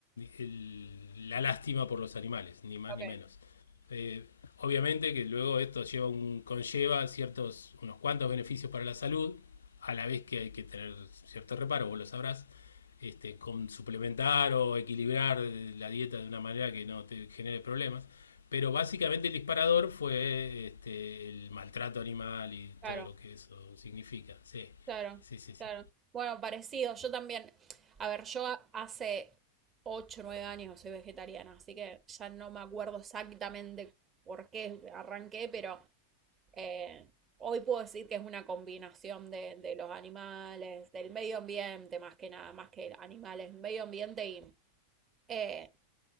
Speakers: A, on the left; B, on the right.
A: el- la lástima por los animales, ni más
B: Ok,
A: ni menos. Eh, obviamente que luego esto lleva un, conlleva ciertos, unos cuantos beneficios para la salud, a la vez que hay que tener cierto reparo, vos lo sabrás, este, con suplementar o equilibrar eh, la dieta de una manera que no te genere problemas. Pero básicamente el disparador fue este, el maltrato animal y
B: claro.
A: todo lo que eso significa. Sí.
B: Claro,
A: Sí, sí, sí,
B: claro. Bueno, parecido. Yo también. A ver, yo a- hace 8, 9 años soy vegetariana, así que ya no me acuerdo exactamente por qué arranqué, pero eh, hoy puedo decir que es una combinación de, de los animales, del medio ambiente, más que nada, más que animales, medio ambiente y, eh,